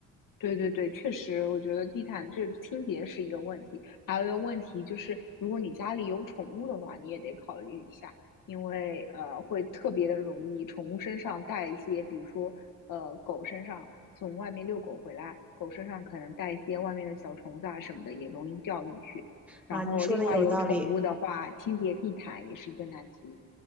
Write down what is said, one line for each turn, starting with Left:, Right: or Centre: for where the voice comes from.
Left: 对对对，确实，我觉得地毯这清洁是一个问题，还有一个问题就是，如果你家里有宠物的话，你也得考虑一下，因为呃，会特别的容易宠物身上带一些，比如说呃，狗身上从外面遛狗回来，狗身上可能带一些外面的小虫子啊什么的，也容易掉进去。
Centre: 啊。
Left: 然后另外有宠物的话，
Centre: 你说的有道理。
Left: 清洁地毯也是一个难题。